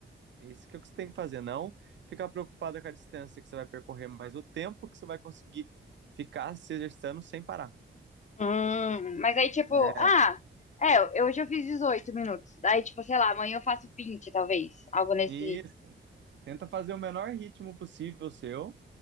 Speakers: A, on the right (about 65°); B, on the left (about 35°).
A: É Isso que é o que você tem que fazer. Não ficar preocupado com a distância que você vai percorrer, mas o tempo que você vai conseguir ficar se exercitando sem parar.
B: Hum, mas aí, tipo,
A: É,
B: ah, é, eu- hoje eu fiz 18 minutos. Aí, tipo, sei lá, amanhã eu faço 20 talvez. Algo nesse.
A: isso. Tenta fazer o menor ritmo possível seu